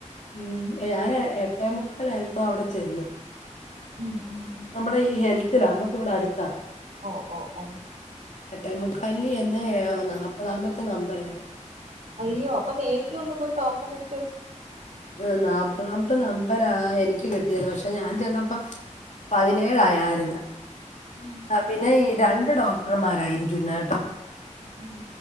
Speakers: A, on the left; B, on the right.
A: ഉം ഞാനെ എട്ടേമുക്കാലയപ്പോ അവിടെ ചെന്ന്
B: ഉം ഉം ഉം
A: നമ്മുടെ ഈ ഹെൽത്തിലാമ്മ ഇവിടടുത്താ
B: ഓ ഓ ഓ
A: എട്ടേമുക്കാലിന് ചെന്ന് ഏ നാല്പ്പതാമത്തെ നമ്പറ
B: അയ്യോ അപ്പൊ നേരത്തെ ഒന്ന് പോയി ടോക് കണ്ട <unintelligible>
A: ഉം നാല്പ്പതാം ഇത് നമ്പരാ എനിക്ക് കിട്ടിയത് പക്ഷെ ഞാൻ ചെന്നപ്പ പതിനേഴായാരുന്നു
B: ഉം
A: ആ പിന്നെ ഈ രണ്ട് ഡോക്ടർമാരാ ഇരിക്കുന്നെ-
B: ഉം ഉം